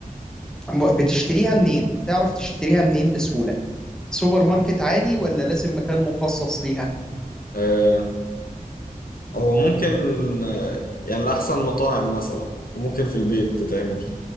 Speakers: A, in the centre; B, on the left.
A: م- بتشتريها منين؟ تعرف تشتريها منين بسهولة؟ سوبر ماركت عادي ولا لازم مكان مخصص ليها
B: أه هو ممكن آه، يعني لأحسن مطاعم مثلا وممكن في البيت تتعمل